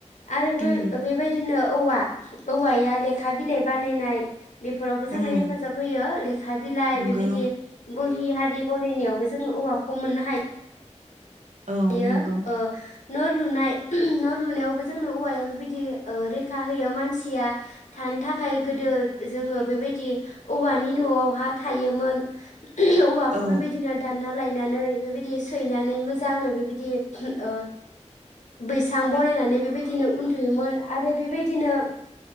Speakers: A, on the left; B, on the right.
A: आरो बो
B: उम
A: बेबायदिनो औवा औवाया लेखा बिलाइ बानायनाय बेफोरावबो जोंनो
B: उम
A: हेफाजाब होयो लेखा बिलाइ
B: नंगौ
A: बेबायदि बोहि हारि बनायनायावबो जों औवा खौ मोननो हा
B: औ
A: यो
B: नंगौ
A: ओ न' लुनाय न' लुनायावबो जोंनो औवाया बेबायदि रैखा होयो मानसिया थानो थाखाय गोदो जोङो बेबायदि औवानि न'आवहा थायोमोन औवाखौ
B: औ
A: बेबायदिनो दानना लायना नानै बेबायदि सैनानै मोजां जाङै बेबायदि ओ बै सां बानायनानै बेबायदिनो उन्दुयोमोन आरो बेबायदिनो